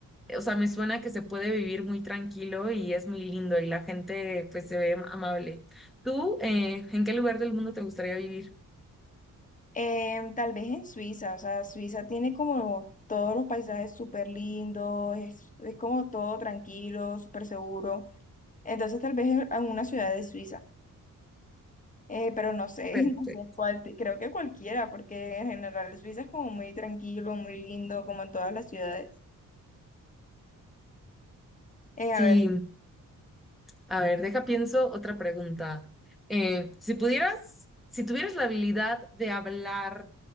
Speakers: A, in the centre; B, on the left.
A: o sea, me suena que se puede vivir muy tranquilo y es muy lindo y la gente pues se ve amable. ¿Tú eh, en qué lugar del mundo te gustaría vivir?
B: Em, tal vez en Suiza, o sea, Suiza tiene como todos los paisajes súper lindos, es, es como todo tranquilo, súper seguro. Entonces, tal vez en en una ciudad de Suiza. Eh, pero no sé,
A: Perfecto.
B: <laughs> no sé cuál, te- creo que cualquiera, porque en general Suiza es como muy tranquilo, muy lindo, como en todas las ciudades. Eh,
A: Sí,
B: a ver,
A: a ver, deja pienso otra pregunta. Eh, si pudieras, si tuvieras la habilidad de hablar